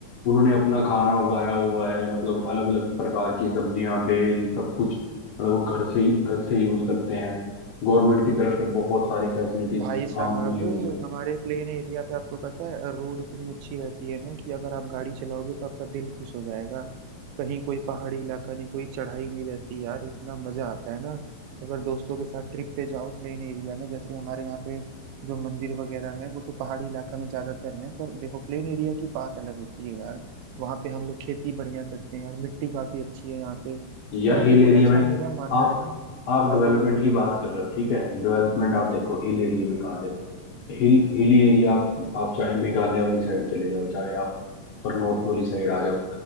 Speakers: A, on the left (about 85°); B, on the right (about 85°).
A: उन्होंने अपना खाना उगाया हुआ है मतलब अलग अलग प्रकार की सब्जियां बेल सब कुछ मतलब वो घर से ही घर से यूज करते हैं गवर्नमेंट की तरफ से बहुत सारी फैसिलिटीज
B: भाई साहब
A: हमें मिली हुई है
B: हमारे प्लेन एरिया पे आपको पता है रोड इतनी अच्छी रहती है ना कि अगर आप गाड़ी चलाओगे तो आपका दिल खुश हो जाएगा कहीं कोई पहाड़ी इलाका नहीं कोई चढ़ाई नहीं रहती यार इतना मजा आता है ना अगर दोस्तों के साथ ट्रिप पे जाओ प्लेन एरिया में जैसे हमारे यहाँ पे जो मंदिर वगैरह है वो तो पहाड़ी इलाका में ज्यादातर है पर देखो प्लेन एरिया की बात अलग होती है यार वहाँ पे हम लोग खेती बढ़िया करते हैं यार मिट्टी काफी अच्छी है यहाँ पे तो
A: यार
B: यार
A: हिल
B: देखो
A: एरिया
B: ऐसा
A: में
B: मेरा मानना
A: आप
B: है ना
A: आप
B: हाँ
A: डेवलपमेंट
B: बोलो बोलो
A: की बात कर रहे हो ठीक है डेवलपमेंट आप देखो हिल एरिया में कहाँ से हिल हिली एरिया आप आप चाहे मेघालय वाली साइड चले जाओ चाहे आप पर नॉर्थ वाली साइड आ जाओ